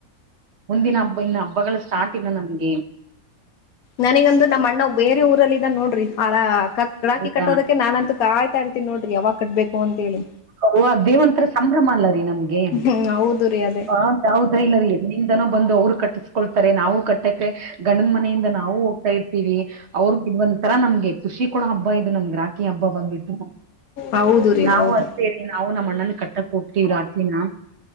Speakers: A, on the right; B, on the left.
A: ಮುಂದಿನ ಹಬ್ಬ ಇನ್ನ ಹಬ್ಬಗಳು ಸ್ಟಾರ್ಟ್ ಇಿನ ನಮಗೆ.
B: ನನಗಂದು ನಮ್ಮ ಅಣ್ಣ ಬೇರೆ ಊರಲ್ಲಿ ಇದ ನೋಡ್ರಿ ಆ. ಕಡಾಕಿ
A: ಹೌದಾ
B: ಕಟ್ಟೋದಕ್ಕೆ ನಾನಂತೂ ಕಾಯ್ತಾ ಇರ್ತೀನಿ ನೋಡಿ ಯಾಗ ಕಟ್ಬೇಕು ಅಂತ ಹೇಳಿ.
A: ಹ ದೇವಂತ್ರರ ಸಂಭ್ರಮ ಅಲ್ಲ ರೀ ನಮ್ಗೆ.
B: ಹ್ಮ ಹೌದು ರರಿ ಅದ.
A: ಬಾ ಯಾವದಾ ಇಲ್ಲ ರೀ ಎಲ್ಲಿಂದನೂ ಬಂದು ಅವ್ರು ಕಟ್ಟಿಸ್ಕೊಳ್ತಾರೆ ನಾವು ಕಟ್ಟ. ಕಟ್ಟಕೆ ಗಂಡನ ಮನೆಯಿಂದ ನಾವು ಹೋಗ್ತಾ ಇದವಿ. ಹೋಗ್ತೀವಿ ಅವ್ರ ಇದ ಒಂಂತರ ನಮ್ಗೆ ಖುಷಿ ಕೂಡ ಹಬ್ಬ ಇದು ನಮ್ಗೆ ರಾಕಿ ಹಬ್ಬ ಬಂದಬಿಟ್ಟು.
B: ಹೌದು ರೀ
A: ನಾವು
B: ಹೌದು
A: ಅಷ್ಟೇ ರೀ ನಾವು ನಮ್ಮ ಅಣ್ಣನ್ ಕಟ್ಟಕ್ ಹೋಗ್ತಿವಿ ರಾಕಿನಾ.